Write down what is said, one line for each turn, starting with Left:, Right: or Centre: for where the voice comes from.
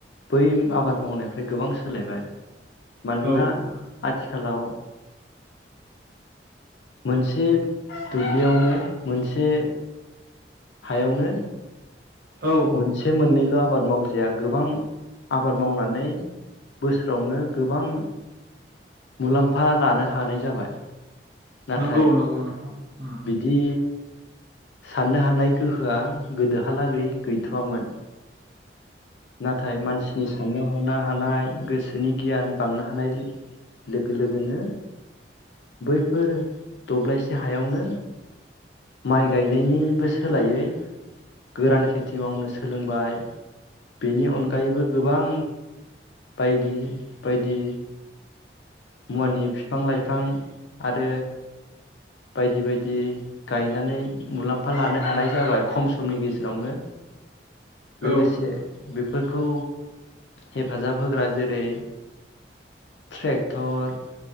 Left: बै आबाद मावनायफ्राय गोबां सोलायबाय मानोना
Right: औ नोंथां
Left: आथि हेलौ, मोनसे दुब्लियावनो मोनसे हायावनो
Right: औ
Left: मोनसे
Right: नोंथां
Left: मोननैल' आबाद माव जाया गोबां आबाद मावनानै बोसोरावनो गोबां मुलाम्फा लानो हानाय जाबाय। नाथाय
Right: नंगौ नंगौ नोंथां। उम
Left: बिदि साननो हानाय गोहोआ गोदोहालागै गैथवामोन नाथाय मानसिनि साननो हनो हानाय गोसोनि गियान बांनो हानाय लोगो लोगोनो बैफोर दब्लायसे हायावनो माइ गायनायनिबो सोलायै गोरान खेथि मावनो सोलोंबाय। बेनि अनगायैबो गोबां बायदि बायदि मुवानि फिफां लाइफां आरो बायदि बायदि गाय गायनानै मुलाम्फा लानो हानाय जाबाय खम समनि गेजेरावनो लोगोसे
Right: औ नोंथां
Left: बे फोरखौ हेफाजाब होग्रा जेरै ट्रेक थर